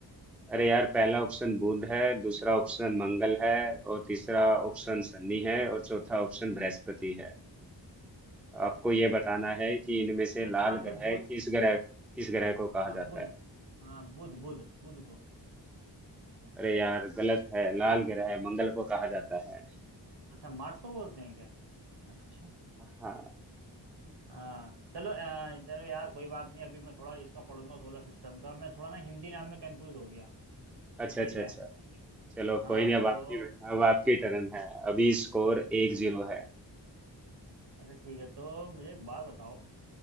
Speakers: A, in the centre; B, on the right (about 65°).
A: अरे यार पहला ऑप्शन बुध है दूसरा ऑप्शन मंगल है और तीसरा ऑप्शन शनि है और चौथा ऑप्शन बृहस्पति है आपको ये बताना है कि इनमें से
B: तो
A: लाल
B: इसका आंसर
A: ग्रह
B: बुध,
A: किस ग्रह किस ग्रह को कहा
B: हाँ
A: जाता
B: ये बुध
A: है
B: तो हाँ बुध बुध बुध को
A: अरे यार गलत है लाल ग्रह है मंगल को कहा जाता है
B: अच्छा मार्स को बोलते हैं क्या अच्छा
A: हाँ
B: हाँ चलो अ, चलो यार कोई बात नहीं अभी मैं थोड़ा इसका पढ़ूंगा सोलर सिस्टम का मैं थोड़ा ना हिंदी नाम में कंफ्यूज हो गया
A: अच्छा
B: ठीक
A: अच्छा
B: है
A: अच्छा चलो
B: हाँ
A: कोई नहीं अब
B: तो
A: आपकी अब आपकी टर्न है अभी स्कोर एक जीरो है
B: अच्छा ठीक है तो मुझे एक बात बताओ